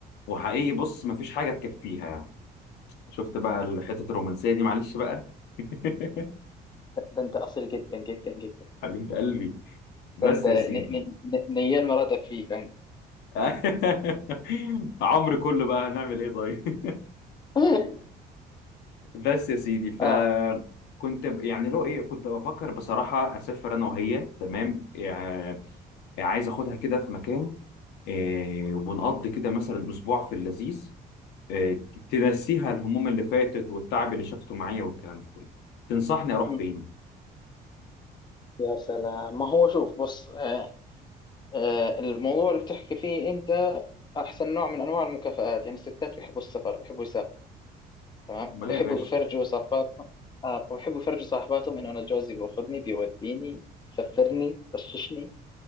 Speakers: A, on the left; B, on the left.
A: وحقيقي بص ما فيش حاجه تكفيها يعني شفت بقى الحتة الرومانسيه دي معلش بقى <laughs>
B: ده انت اصيل جدا جدا جدا
A: حبيب قلبي بس
B: ده انت
A: يا
B: ن-
A: سيدي
B: ن- ن- نيال مراتك فيك يعني
A: <laughs> عمري كله بقى هنعمل ايه طيب
B: <laughs>
A: بس يا سيدي فكنت
B: اه
A: ب- يعني لو ايه كنت بفكر بصراحة اسافر انا وهي تمام يعني عايز اخدها كده في مكان إيه ونقضي كده مثلا اسبوع في اللذيذ إيه تنسيها الهموم اللي فاتت والتعب اللي شافته معايا والكلام ده كله تنصحني اروح
B: مم.
A: فين؟
B: يا سلام ما هو شوف بص آه آه الموضوع اللي بتحكي فيه انت احسن نوع من انواع المكافآت يعني الستات بيحبوا السفر بيحبوا يسافروا تمام
A: امال
B: وبيحبوا
A: إيه يا باشا
B: يفرجوا صاحباتهم آه وبيحبوا يفرجوا صاحباتهم انه انا جوزي بياخذني بيوديني سفرني بششني